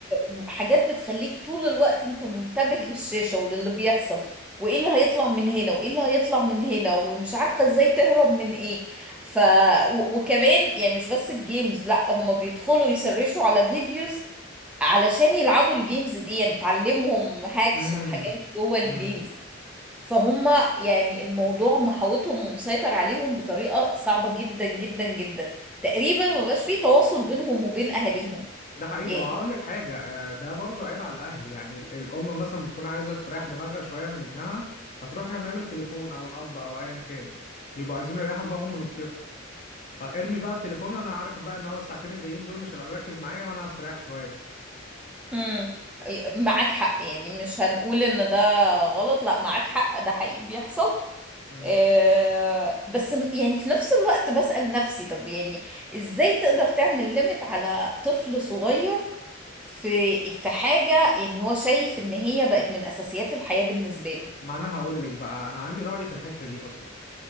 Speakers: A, in the centre; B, on the left.
A: وحاجات بتخليك طول الوقت انت منتبه للشاشة وللي بيحصل وايه اللي هيطلع من هنا وايه اللي هيطلع من هنا ومش عارفة ازاي تهرب من ايه ف و- وكمان يعني مش بس الجيمز لا هما بيدخلوا يسرشوا على فيديوز علشان يلعبوا الجيمز دي يعني تعلمهم هاكس
B: امم
A: وحاجات جوه الجيمز
B: امم
A: فهم يعني الموضوع محاوطهم ومسيطر عليهم بطريقة صعبة جدا جدا جدا تقريبا ما بقاش فيه تواصل بينهم وبين أهاليهم
B: ده حقيقي
A: يعني
B: وهقول لك حاجة آه، ده برضو عيب على الأهل يعني ال- الأم مثلا بتكون عايزة تريح دماغها شوية من ابنها فتروح رامية له التليفون أو الأب أو أيا كان بيبقوا عايزين يريحوا دماغهم من الطفل فارمي بقى التليفون أنا عارفة بقى إن هو الساعتين الجايين دول مش هيبقى مركز معايا وأنا هستريح شوية
A: امم معاك حق يعني مش هنقول ان ده غلط لا معاك حق ده حقيقي بيحصل
B: مم.
A: آه، بس م- يعني في نفس الوقت بسأل نفسي طب يعني ازاي تقدر تعمل ليميت على طفل صغير في في حاجة يعني هو شايف ان هي بقت من أساسيات الحياة بالنسبة له
B: ما أنا هقول لك بقى أنا عندي رأي في الحتة دي أصلا